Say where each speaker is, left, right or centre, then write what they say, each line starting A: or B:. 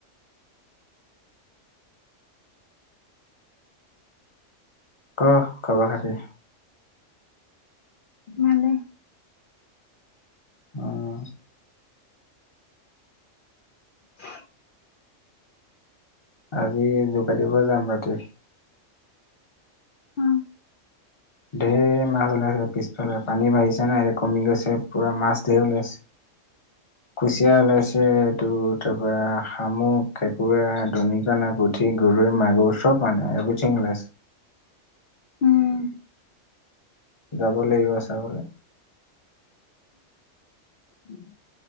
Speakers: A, on the left; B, on the left.
A: ক খবৰ খাতি?
B: ভালে।
A: উম।
B: <unintelligible>
A: আজি যোগা দিব যাম ৰাতি।
B: অ
A: ধেৰ মাছ ওলাইছে পিছফালে, পানী বাঢ়িছে নহয় এতিয়া কমি গৈছে পোৰা মাছ ধেৰ ওলাইছে।
B: <inaudible>
A: কুচিয়া ওলাইছে এইটো তাৰপৰা শামুক, কেঁকুৰা, দনিকণা, পুঠ ঠি, গৰৈ, মাগুৰ চব মানে এভ্ৰীঠিং ওলাইছে।
B: উম
A: যাব লাগিব চাবলে।
B: উম।